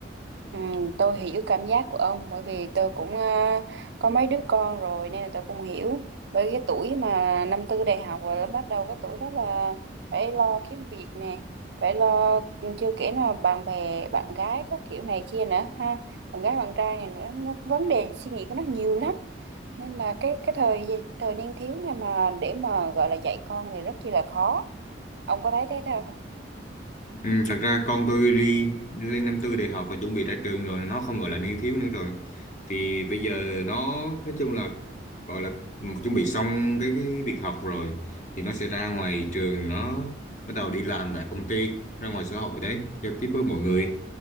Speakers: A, on the right; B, on the left.
A: ừ, tôi hiểu cảm giác của ông bởi vì tôi cũng ờ, có mấy đứa con rồi nên là tôi cũng hiểu. Bởi cái tuổi mà năm tư đại học rồi là bắt đầu cái tuổi đó là phải lo kiếm việc nè, phải lo ừ, chưa kể là bạn bè, bạn gái các kiểu này kia nữa ha. Bạn gái bạn trai này nữa, nó vấn đề suy nghĩ của nó nhiều lắm. Nên là cái cái thời thời niên thiếu này mà để mà gọi là dạy con thì rất chi là khó. Ông có thấy thế theo không?
B: Ừ, thật ra con tôi đi lên năm tư đại học và chuẩn bị ra trường rồi nó không gọi là niên thiếu nữa rồi thì bây giờ nó nói chung là gọi là chuẩn bị xong cái, cái việc học rồi thì nó sẽ ra ngoài trường nó bắt đầu đi làm tại công ty ra ngoài xã hội đấy giao tiếp với mọi người
A: Ừ.